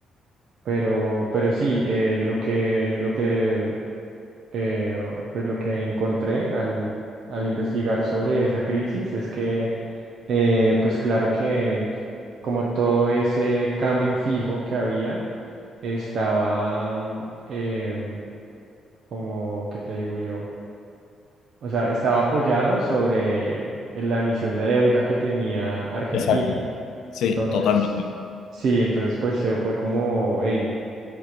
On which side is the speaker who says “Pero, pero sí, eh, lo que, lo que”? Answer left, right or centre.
Right